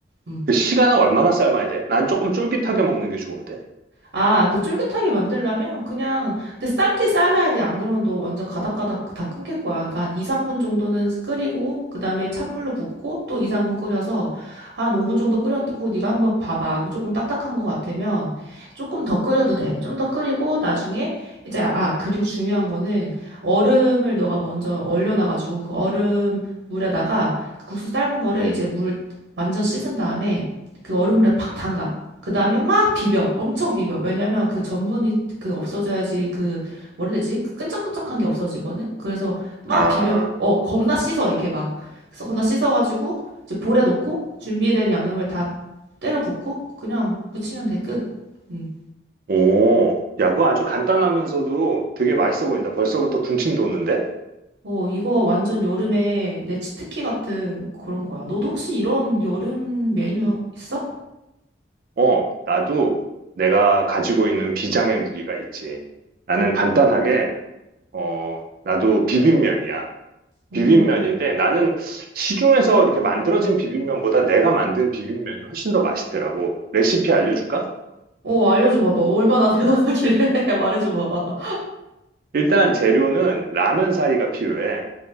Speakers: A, on the right; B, on the right.
A: 음.
B: 그 시간은 얼마나 삶아야 돼? 난 조금 쫄깃하게 먹는 게 좋은데.
A: 아, 그 쫄깃하게 만들려면 그냥 근데 삶긴 삶아야 돼. 안 그러면 너 완전 가닥가닥 다 끊길 거야. 그러니까 한 2, 3분 정도는 끓이고 그다음에 찬물로 붓고 또 2, 3분 끓여서 한 5분 정도 끓였고 네가 한번 봐봐. 그 조금 딱딱한 것 같으면 조금 더 끓여도 돼. 좀 더 끓이고 나중에 이제 아, 그리고 중요한 거는 얼음을 너가 먼저 얼려놔 가지고 그 얼음 물에다가 그 국수 삶은 거를 이제 물 완전 씻은 다음에 그 얼음물에 팍 담가. 그 다음에 막 비벼. 엄청 비벼. 왜냐면 그 전분이 그 없어져야지 그, 뭐라 해야 되지? 그 끈적끈적한 게 없어지거든? 그래서 막
B: 아,
A: 비벼. 어, 겁나 씻어. 이렇게 막. 그래서 겁나 씻어가지고 이제 볼에 넣고 준비된 양념을 다 때려 붓고 그냥 무치면 돼. 끝. 음.
B: 오, 야, 그거 아주 간단하면서도 되게 맛있어 보인다. 벌써부터 군침 도는데?
A: 어, 이거 완전 여름에 내 치트키 같은 그런 거야. 너도 혹시 이런 여름 메뉴 있어?
B: 어, 나도 내가 가지고 있는 비장의 무기가 있지. 나는 간단하게, 어, 나도 비빔면이야.
A: 오,
B: 비빔면인데 나는 시중에서 이렇게 만들어진 비빔면보다 내가 만든 비빔면이 훨씬 더 맛있더라고. 레시피 알려줄까?
A: 어, 알려줘 봐봐. 얼마나 대단하길래 <laughs> 말해줘 봐봐.
B: 일단 재료는 라면 사리가 필요해.